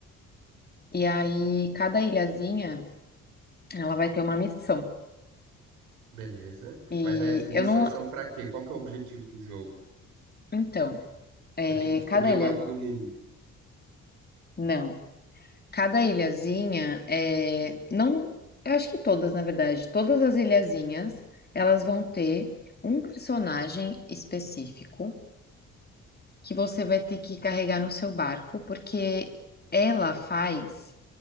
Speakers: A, on the left; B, on the right.
A: E aí, cada ilhazinha, ela vai ter uma missão.
B: beleza.
A: E
B: Mas aí essas
A: eu
B: missões
A: não.
B: são pra quê? Qual que é o objetivo do jogo?
A: Então, é,
B: Você tem que descobrir
A: cada ilha.
B: o mapa do mundo,
A: Não. Cada ilhazinha é, não, eu acho que todas, na verdade, todas as ilhazinhas, elas vão ter um personagem específico que você vai ter que carregar no seu barco, porque ela faz,